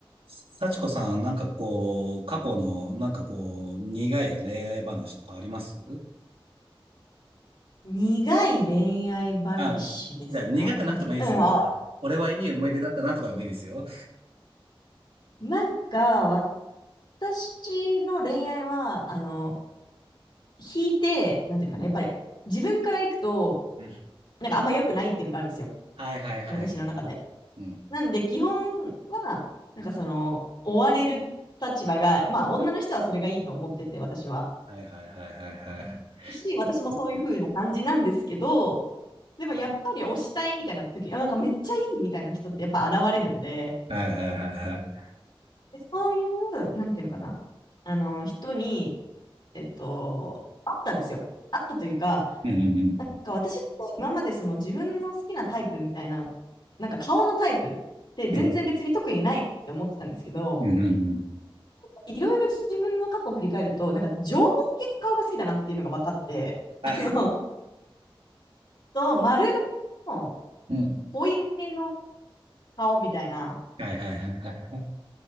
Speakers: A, on the right; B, on the left.
A: 幸子さん、なんかこう、過去の、なんかこう、苦い恋愛話とかあります
B: 苦い恋愛話ですかにうん、
A: あ、じゃあ苦くなくてもいいですよ。
B: んあ、
A: これはいい思い出だったなとかでもいいですよ。
B: なんか、私の恋愛は、あの、引いて、なんていうのかな、
A: うん。
B: やっぱり自分から行くと、
A: うん
B: なんかあんま良くないっていうのがあるんですよ。
A: はいはいはいはい。
B: 私の中で。
A: うん。
B: なんで、基本は、なんかその、追われる立場が、まあ、女の人はそれがいいと思ってて、私は。
A: はいはいはいはいはい。
B: し、私もそういう風な感じなんですけど、でもやっぱり推したいみたいな時、あなんかめっちゃいいみたいな人ってやっぱ現れるんで、
A: はいはいはいはい。
B: でそういう、なんていうのかな、あの、人に、えっと、あったんですよ。あったというか、
A: うんうん
B: なんか私って今までその自分の好きなタイプみたいな、なんか顔のタイプって全然別に特にないなって思ってたんですけど、
A: うん。うんうんうんうん。
B: いろいろ自分の過去を振り返ると、なんか縄文系の顔が好きだなっていうのが分かって、
A: はい。
B: あの、と丸顔の
A: うん。
B: 濃いめの顔みたいな、
A: はいはいはいはいはい。